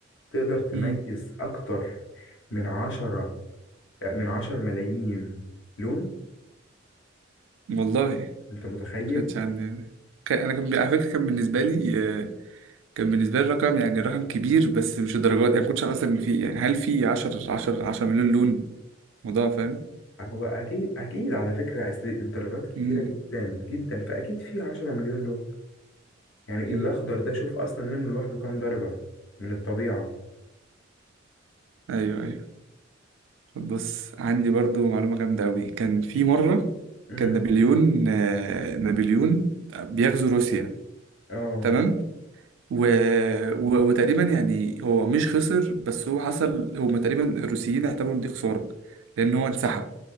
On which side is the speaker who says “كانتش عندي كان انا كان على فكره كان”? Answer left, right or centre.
Right